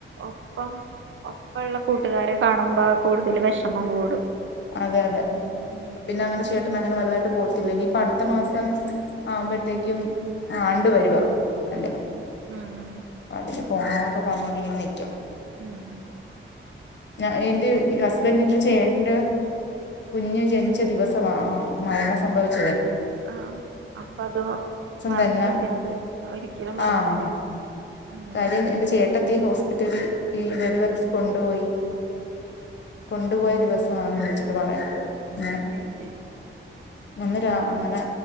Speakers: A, on the right; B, on the left.
A: ഒപ്പം ഒപ്പള്ള കൂട്ടുകാരെ കാണുമ്പോ കൂടുതൽ വിഷമം കൂടും
B: അതെ അതെ
A: ഉം
B: പിന്നെ അങ്ങനെ ചേട്ടൻ അങ്ങനെ വലുതായിട്ട് പോകത്തില്ല ഇനിയിപ്പ അടുത്ത മാസം ആവുമ്പഴത്തേക്കും ആണ്ട് വരുവാ അവന്റെ
A: ഉം ഉം
B: അതിന് പോണോന്നൊക്കെ പറഞ്ഞോണ്ട് ഇങ്ങെനെ നിക്കും
A: ഉം
B: ഞ എന്റെ ഹസ്ബന്റിന്റെ ചേട്ടന്റെ കുഞ്ഞ് ജനിച്ച ദിവസവാ ആ മരണം സംഭവിച്ചതെ
A: ആഹ് അപ്പൊ അത് മറക്കില്ല
B: തന്നെ
A: അത് ഒരിക്കലും മറക്കില്ല
B: ആഹ്
A: ഉം
B: കാര്യം എന്റെ ചേട്ടത്തി ഹോസ്പിറ്റല് ഈ ഡെലിവറിക്ക് കൊണ്ടുപോയി കൊണ്ടുപോയ ദിവസവാണ് വിളിച്ചിട്ട് പറയുന്നത് ഇങ്ങനെ
A: അത് ശരി
B: നന്നരാ അങ്ങനെ